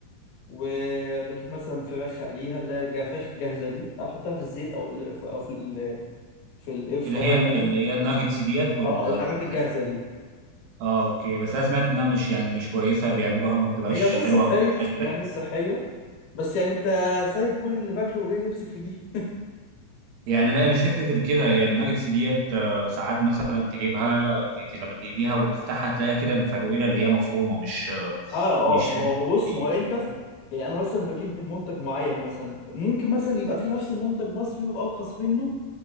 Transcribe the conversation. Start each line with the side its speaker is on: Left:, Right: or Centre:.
Left: وبجيب مثلا فراخ اقليها اللي هي الجفاخ الجاهزه دي احطها في الزيت او ال- او في ال- في الاير فراير
Right: اللي هي اللي
Left: يعني
Right: هي الناجتس ديت ولا
Left: اه الحاجات
Right: ولا
Left: الجاهزه
Right: ايه
Left: دي
Right: اه اوكي بس انا سمعت انها مش يعني مش كويسه بيعملوها ما بتبقاش
Left: هي مش
Right: حلوه
Left: صحية
Right: او ما بتبقاش فراخ
Left: هي
Right: قوي
Left: مش صحية بس يعني انت سايب كل اللي باكله وجاي تمسك في دي
Right: يعني لا مش فكره كده هي الناجتس ديت آه، ساعات مثلا تجيبها ت- ت- لما تقليها وتفتحها تلاقيها كده مفروله اللي هي مفرومه مش آه،
Left: اه
Right: مش
Left: اه ما
Right: فراخ
Left: هو بص
Right: هي
Left: ما هو انت
Right: فاهم؟
Left: يعني انا مثلا بجيب من منتج معين مثلا ممكن مثلا يبقى في نفس المنتج مصري ويبقى ارخص منه